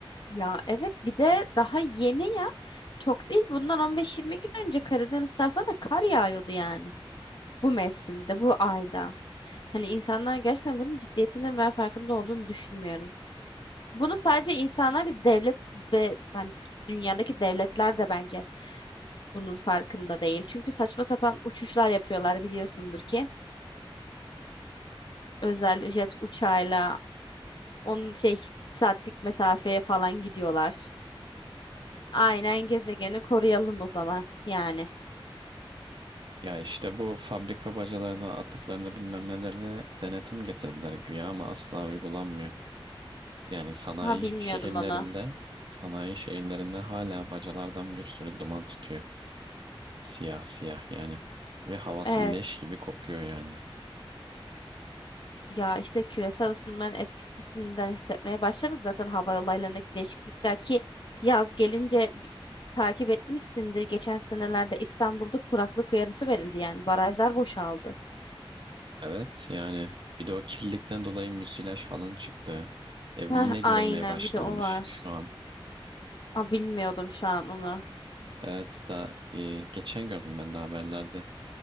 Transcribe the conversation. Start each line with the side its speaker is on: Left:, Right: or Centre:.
Left: Ya evet bir de daha yeni ya. Çok değil bundan 15-20 gün önce Karadeniz tarafına kar yağıyordu yani. Bu mevsimde, bu ayda. Hani insanlar gerçekten bunun ciddiyetinin ben farkında olduğunu düşünmüyorum. Bunu sadece insanlar değil, devlet ve hani dünyadaki devletler de bence bunun farkında değil. Çünkü saçma sapan uçuşlar yapıyorlar biliyorsundur ki. Özel jet uçağıyla onun şey saatlik mesafeye falan gidiyorlar. Aynen gezegeni koruyalım o zaman yani.
Right: Ya işte bu fabrika bacalarına, atıklarına bilmem nelerine denetim getirdiler güya ama asla uygulanmıyor. Yani sanayi
Left: Ha bilmiyordum
Right: şehirlerinde,
Left: onu.
Right: sanayi şehirlerinde hala bacalardan bir sürü duman tütüyor. Siyah siyah yani. Ve havası
Left: Evet.
Right: leş gibi kokuyor yani.
Left: Ya işte küresel ısınmanın etkisini şimdiden hissetmeye başladık zaten hava olaylarındaki değişiklikler ki yaz gelince bi- takip etmişsindir. Geçen senelerde İstanbul'da kuraklık uyarısı verildi yani barajlar boşaldı.
Right: Evet yani bir de o kirlilikten dolayı müsilaj falan çıktı. Ev
Left: Heh,
Right: yine görünmeye
Left: aynen
Right: başlanmış
Left: bir de o var.
Right: şu an.
Left: Aa, bilmiyordum şu an onu.
Right: Evet da e, geçen gördüm ben de haberlerde.